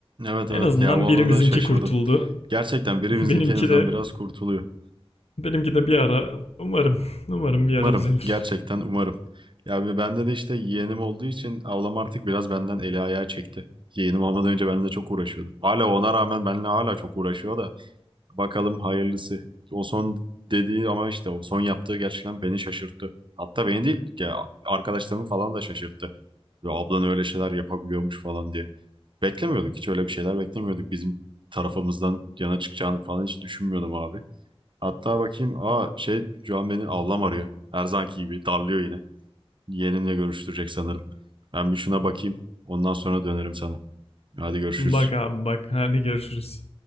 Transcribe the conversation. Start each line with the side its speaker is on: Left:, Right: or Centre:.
Right: Evet
Left: En
Right: evet
Left: azından
Right: ya ona
Left: birimizinki
Right: da şaşırdım.
Left: kurtuldu.
Right: Gerçekten
Left: <laughs>
Right: birimizinkinden
Left: Benimki de
Right: biraz kurtuluyor.
Left: benimki de bir ara umarım <laughs> umarım bir ara
Right: Umarım.
Left: düzelir.
Right: Gerçekten umarım. Ya bir bende de işte yeğenim olduğu için ablam artık biraz benden eli ayağı çekti. Yeğenim olmadan önce benimle çok uğraşıyordu. Hala ona rağmen benimle hala çok uğraşıyor da bakalım hayırlısı. O son dediği ama işte o son yaptığı gerçekten beni şaşırttı. Hatta beni değil ya arkadaşlarımı falan da şaşırttı. Ya ablan öyle şeyler yapabiliyormuş falan diye. Beklemiyorduk hiç öyle bir şeyler beklemiyorduk. Bizim tarafımızdan yana çıkacağını falan hiç düşünmüyordum abi. Hatta bakayım. Aa şey şu an beni ablam arıyor. Her zamanki gibi darlıyor yine. Yeğenimle görüştürecek sanırım. Ben bir şuna bakayım. Ondan sonra dönerim sana. Hadi görüşürüz.
Left: Bak abi bak hadi görüşürüz.